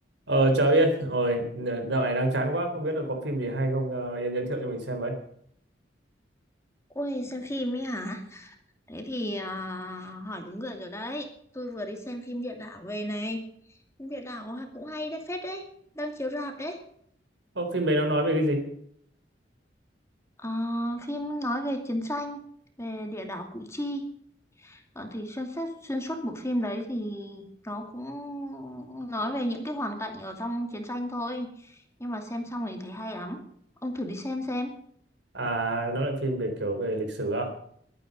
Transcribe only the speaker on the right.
Ờ, chào Yên, rồi n- dạo này đang chán quá, không biết là có phim gì hay không, ờ, Yên giới thiệu cho mình xem với.
Ô, phim đấy nó nói về cái gì?
À, nó lại phim về kiểu về lịch sử à?